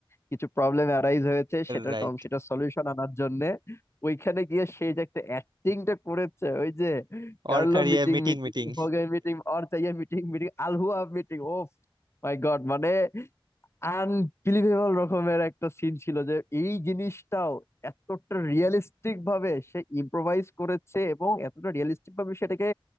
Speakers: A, on the left; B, on the right.
A: কিছু প্রবলেম অ্যারাইজ হয়েছে সেটার
B: রাইট
A: কম সেটা সলিউশন আনার জন্য ওইখানে গিয়ে সেই যে একটা অ্যাক্টিংটা করেছে ওই যে কার্লো
B: ওর ক্যারিয়ার
A: মিটিং
B: মিটিং
A: মিটিং
B: মিটিং
A: হোগে মিটিং অর চাইয়ে মিটিং মিটিং আলহুয়া মিটিং ও মাই গড মানে আনবিলিভেবল রকমের একটা সিন ছিল যে এই জিনিসটাও এতটা রিয়েলিস্টিক ভাবে সে ইম্প্রোভাইজ করেছে এবং এতটা রিয়েলিস্টিক ভাবে সেটাকে